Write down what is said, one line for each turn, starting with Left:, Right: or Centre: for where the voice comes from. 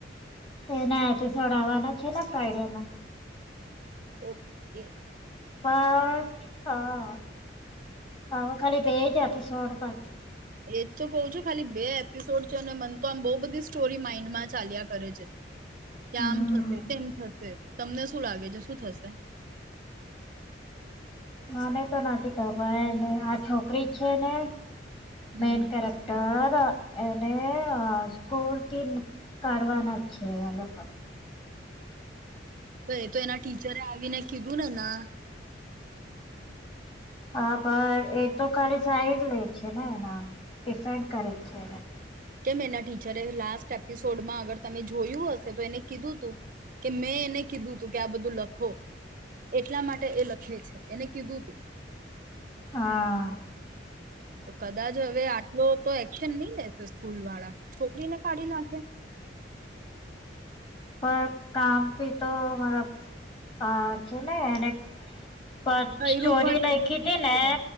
Left: એના એપિસોડ આવવાના છે ફાઈડિયા ના.
Right: ઓ એ.
Left: બા હા. ખાલી બેેજ એપીસોડ.
Right: એજ તો કઉ છું. ખાલી બે એપિસોડ છે અને મન તો આમ બહ બધી સ્ટોરી માઈન્ડ માં ચાલ્યા કરે છે. કે
Left: હમ,
Right: આમ થશે તેમમ થશે. તમને શું લાગે છે શું થશે.
Left: મને તો નથી ખબરને આ છોકરી છે ને.
Right: હમ
Left: મેન કરેક્ટર. સર એને સ્કોરથી કાઢવાના છે આ લોકો.
Right: હ એ તો એના ટીચરે આવીને કીધું ને ના.
Left: હા પણ એ તો ખાલી સાઈ જ લે છે ને એના. ડિફેન્ડ કરે છે.
Right: કેમ એના ટીચરે લાસ્ટ એપિસોડમાં અગર તમે જોયું હશે તો એને કીધું તું કે મેં એને કીધું તું કે આ બધું લખો એટલા માટે એ લખે છે એને કીધું તું.
Left: હા.
Right: તો કદાચ હવે આટલો તો એક્શન નહી લેશે સ્કૂલ વાળા છોકરીને કાઢી નાખે.
Left: પણ કામ પી તો મતલબ આ છે ને એને. પર
Right: કર્યું
Left: સ્ટોરી
Right: પણ
Left: લેખી
Right: એવું જ
Left: હતી ને
Right: છે